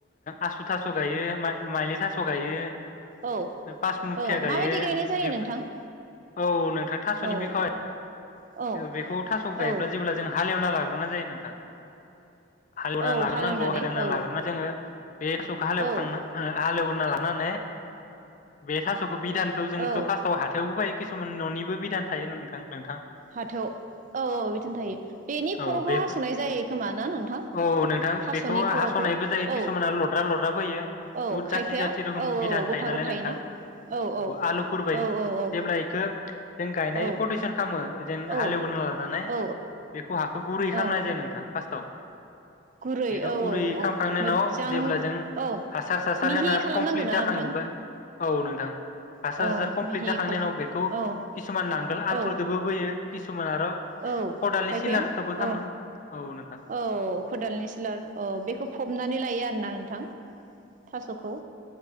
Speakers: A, on the left; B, on the right.
A: आसु थास' गायो माइलि थास' गायो। <unintelligible>
B: औ
A: पासमुखिया
B: औ
A: गायो
B: मा बायदि गायनाय जायो
A: बेफोर
B: नोंथां?
A: औ नोंथां थास'नि
B: औ
A: बिखय
B: औ
A: बेखौ थास' गायोब्ला
B: औ
A: जेब्ला जों हालेव खाना‌ लाग्रोना जायो नोंथां हालेवनानै
B: औ
A: लाग्रोनांगौ
B: हालेवनानै
A: हालिवना
B: औ
A: लाग्रोना जोंङो बेखौ हालेवखांना
B: औ
A: हालेव लानाने बे थास बिधानखौ जों
B: औ
A: खोब फार्स्टआव हाथायावबो बायो किसुमान न'निबो बिदान थायो नोंथां नोंथां।
B: हाथाव औ औ बिथन थायो बेनि
A: औ
B: खर'खौ
A: बे
B: हासनाय जायो खोमा ना नोंथां
A: औ नोंथां
B: थास'नि
A: बेखौ
B: खर'खौ
A: हास'नायबो जायो किसुमाना
B: औ
A: लद्रा लद्राबो होयो
B: औ
A: बुहुद
B: खायफाया
A: जाथि जाथि रोखोम
B: औ
A: बिधान
B: औ
A: थायो
B: गथा
A: नालाय
B: गथायैनो
A: नोंथां
B: औ औ
A: आलुफोर बायदि
B: औ औ औ।
A: जेब्ला इखो जों गायनाय
B: औ
A: प्रटेकसन खालामो
B: औ
A: हालेवगोरना लानानै
B: औ
A: बेखौ हाखौ गुरै
B: औ
A: खालामनाय जायो नोंथां फासथाव
B: गुरै
A: बेखौ
B: औ
A: गुरै
B: औ औ
A: खामखांनायनि
B: मोजां
A: उनाव जेब्ला जों
B: औ
A: हासार सासार
B: मिहि
A: होना
B: खालामनांगौना
A: कमप्लिट जाखांजोबबाय।
B: नोंथां
A: औ नोंथां हासार
B: औ
A: सासार कमप्लिट
B: मिहि
A: जाखांनायनि
B: खालाम
A: उनाव बेखौ
B: औ
A: किसुमान नांगोल
B: औ
A: आन्थुरदोबो बोयो। किसुमान आरो
B: औ
A: खदालनि
B: खायफाया
A: सिलारखौबो
B: औ
A: खामो औ नोंथां
B: औ खदालनि सिलार औ बेखौ फबनानै लायो आरोना नोंथां? थास'खौ